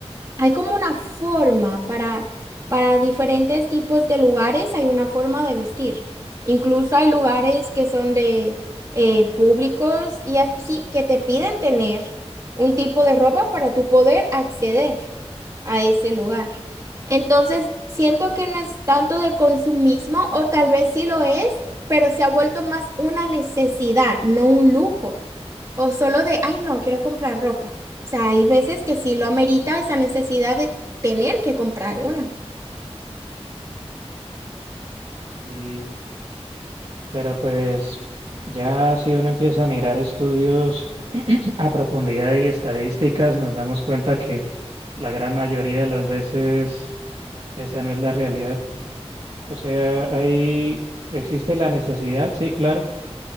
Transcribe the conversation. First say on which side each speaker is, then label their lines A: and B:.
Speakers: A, on the right; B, on the right.
A: Hay como una forma para, para diferentes tipos de lugares, hay una forma de vestir. Incluso hay lugares que son de eh, públicos y así que te piden tener un tipo de ropa para tú poder acceder a ese lugar. Entonces, siento que no es tanto de consumismo o tal vez sí lo es, pero se ha vuelto más una necesidad, no un lujo. O solo de, ay, no, quiero comprar ropa. O sea, hay veces que sí lo amerita esa necesidad de tener que comprar una.
B: Y, pero pues ya si uno empieza a mirar estudios <clears throat> a profundidad y estadísticas, nos damos cuenta que la gran mayoría de las veces esa no es la realidad. O sea, ahí existe la necesidad, sí, claro,